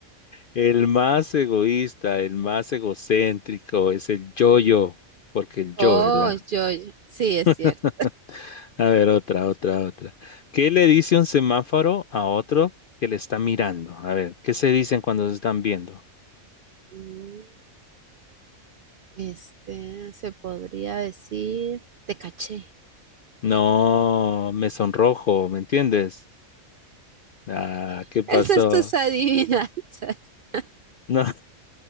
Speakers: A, on the left (about 65°); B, on the right (about 70°).
A: el más egoísta, el más egocéntrico es el yo-yo, porque el yo,
B: Oh,
A: ¿verdad?
B: yo, yo. Sí, es
A: <laughs>
B: cierto.
A: A ver, otra, otra, otra. ¿Qué le dice un semáforo a otro que le está mirando? A ver, ¿qué se dicen cuando se están viendo?
B: Mm, Este, se podría decir, te caché.
A: No, me sonrojo, ¿me entiendes? Ah,
B: <laughs>
A: ¿qué pasó?
B: Esas es tus adivinanzas. <laughs>
A: No. <laughs>